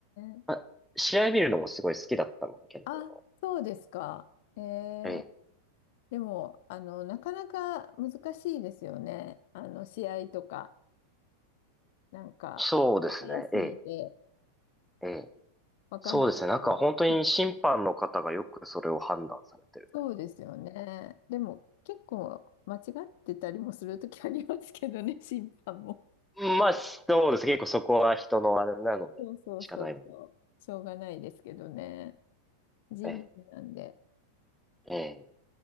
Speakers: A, on the left; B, in the centre.
A: ー、
B: まあ、試合見るのもすごい好きだったので、剣道
A: あ、そうですか。えー、
B: の。ええ、
A: でも、あの、なかなか難しいですよね。あの、試合とか、なんか、
B: そうですね。
A: 早すぎて、
B: ええ、ええ。
A: わかんなかったり。
B: そうですね。なんか本当に審判の方がよくそれを判断されてるなってい
A: はい <laughs> そうですよね。でも、結構間違ってたりもするときありますけどね、審判も。
B: う。まあ、そうです。結構そこは人のあれなので、
A: そうそうそうそう。
B: 仕方ないもんね。
A: しょうがないですけどね。人力なんで。
B: ええ、ええ。